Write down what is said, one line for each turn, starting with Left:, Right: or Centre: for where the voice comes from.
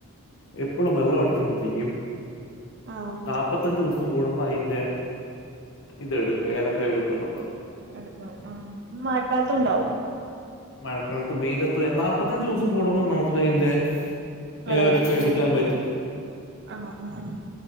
Left: എപ്പളും വെള്ളം അടിച്ചോണ്ടിരിക്കും.
Right: ആഹ്
Left: ന്നാപ്പത്തഞ്ചുസ് സം കൂടുമ്പയ്ന്റെ ഇതെടുക്കും ഏലക്ക എടുക്കും നമ്മള്.
Right: എടുക്കും ആ മഴക്കാലത്തും ഉണ്ടാവും.
Left: മഴക്കാലത്ത് വെയ്ലത്ത്ന്നാ നാപത്തഞ്ചൂസം കൂടുമ്പ ന്നമുക്കയ്ന്റെ
Right: വിളവെടുക്കും
Left: ഏലൊക്കെ
Right: അല്ലേ
Left: എടുക്കാൻ പറ്റും
Right: ആഹ് ആഹ് ആഹ്